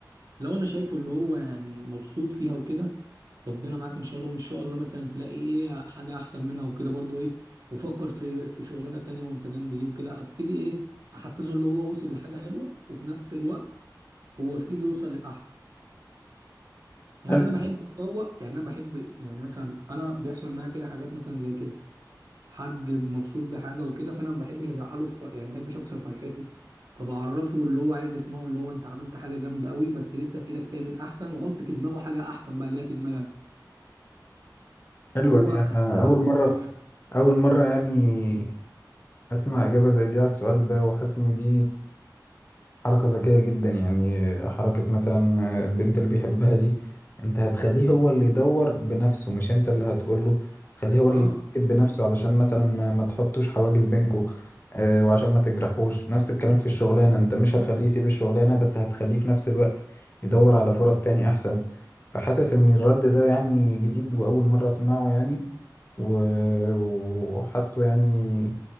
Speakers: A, on the right; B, on the left.
A: لو انا شايفه اللي هو يعني مبسوط فيها وكده ربنا معاك ان شاء الله وان شاء الله مثلا تلاقي ايه حاجه احسن منها وكده برضو ايه وفكر في في شغلانه تانية وانت جنب دي وكده هبتدي ايه احفزه اللي هو وصل لحاجه حلوه وفي نفس الوقت هو في ايده يوصل للاحلى يعني
B: حلو
A: انا بحب افوق يعني انا بحب يعني مثلا انا بيحصل معايا كده حاجات مثلا زي كده حد مبسوط بحاجه وكده فانا ما بحبش ازعله في يعني ما بحبش اكسر فرحته فبعرفه اللي هو عايز يسمعه اللي هو انت عملت حاجه جامده قوي بس لسه في ايدك تعمل احسن وحط في دماغه حاجه احسن بقى اللي هي في دماغك فهو
B: حلوة دي أنا
A: هيزعلها
B: أول مرة
A: كده
B: أول مرة يعني اسمع اجابه زي دي على السؤال ده وحاسس ان دي حركه ذكيه جدا يعني حركه مثلا البنت اللي بيحبها دي انت هتخليه هو اللي يدور بنفسه مش انت اللي هتقوله تخليه هو
A: اه
B: اللي يتأكد بنفسه علشان مثلا ما, ما تحطوش حواجز بينكو آه، وعشان ما تجرحوش نفس الكلام في الشغلانه انت مش هتخليه يسيب الشغلانه بس هتخليه في نفس الوقت يدور على فرص تاني احسن فحاسس ان الرد ده يعني جديد واول مره اسمعه يعني و- وحاسه يعني